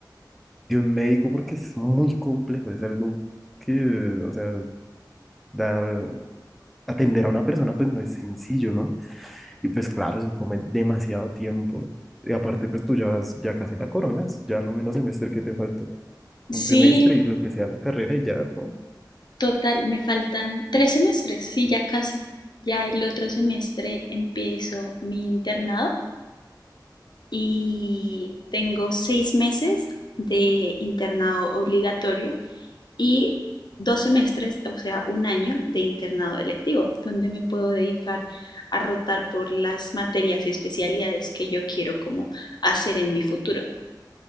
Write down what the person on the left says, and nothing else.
Sí,
total, me faltan tres semestres, sí, ya casi. Ya el otro semestre empiezo mi internado y tengo seis meses de internado obligatorio y dos semestres, o sea, un año de internado electivo, donde me puedo dedicar a rotar por las materias y especialidades que yo quiero como hacer en mi futuro.